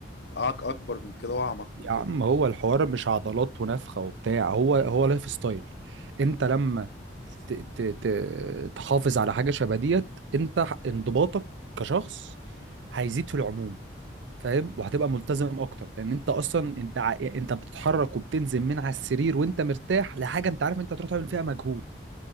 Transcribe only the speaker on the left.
أعق- اكبر من كده واعمق
من كده
اصلا
مم.